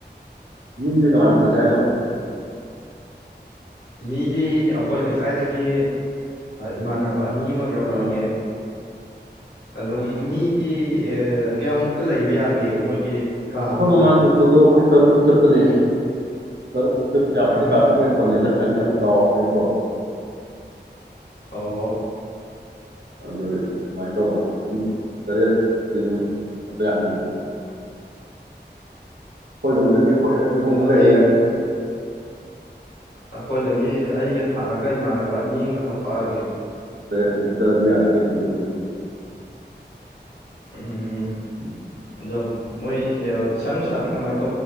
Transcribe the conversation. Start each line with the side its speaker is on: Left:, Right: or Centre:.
Right: ꯃꯤꯖꯦ ꯀꯃꯥꯏꯌꯥꯝꯝꯇꯁꯂꯣ
Left: ꯃꯤꯗꯤꯦ ꯑꯩꯈꯣꯏ ꯂꯩꯀꯥꯏꯗꯒꯤ ꯏꯃꯥꯟꯅꯕ ꯑꯅꯤꯃ ꯌꯥꯎꯔꯛꯑꯒꯦ
Right: ꯑꯥ
Left: ꯑꯗꯣ ꯃꯤꯗꯤ ꯑꯦ ꯀꯌꯥꯃꯨꯛꯀ ꯂꯩꯕ ꯌꯥꯒꯦ ꯃꯣꯏꯒꯤ ꯀꯥ
Right: ꯑꯩꯈꯣꯏ
Left: ꯑꯃꯗ
Right: ꯃꯃꯥꯡ ꯆꯠꯄꯗꯣ ꯑꯩꯈꯣꯏ ꯇꯔꯨꯛ ꯆꯠꯇꯅꯦ ꯇꯔꯨꯛ ꯐ ꯌꯥꯝꯝ
Left: ꯑꯥ
Right: ꯀꯥꯄꯤꯤ ꯄꯅꯤ ꯄꯣꯅ ꯏꯗ ꯍꯔꯤ ꯑꯝ ꯁꯣꯝ
Left: ꯑꯣ <inaudible>
Right: ꯑꯗꯨ ꯀꯃꯥꯏꯅ ꯇꯧꯕ ꯃꯤ ꯇꯔꯦꯛꯇꯤ ꯑꯗꯨꯝ ꯑ ꯌꯥꯠꯅꯤꯌꯦ ꯑꯩꯈꯣꯏꯔꯣꯝꯗꯒꯤ
Left: ꯑꯣ
Right: ꯑꯩꯈꯣꯏ ꯑꯅꯤꯍꯣꯡ
Left: ꯑꯗꯨꯗꯤ
Right: ꯂꯩꯔꯦ
Left: ꯑꯩꯈꯣꯏꯗꯒꯤ ꯑꯩꯒ ꯊꯥꯛ ꯒ ꯏꯃꯥꯟꯅꯕ ꯑ ꯅꯦꯝꯒ ꯍꯥꯞꯄꯛꯑꯒꯦ
Right: ꯍꯨ ꯇꯗꯤ ꯌꯥꯔꯦ ꯀ ꯅꯊꯨꯒꯊ
Left: ꯎꯝ ꯌꯥ ꯃꯣꯏ ꯁꯥꯡꯁ ꯁꯥꯇꯀ ꯃꯥ